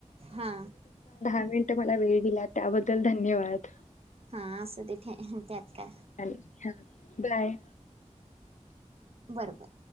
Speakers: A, on the right; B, on the left.
A: हा
B: मिनटं मला वेळ दिला, त्याबद्दल धन्यवाद.
A: हा असू दे त्यात काय
B: हॅलो हा. बाय.
A: बरोबर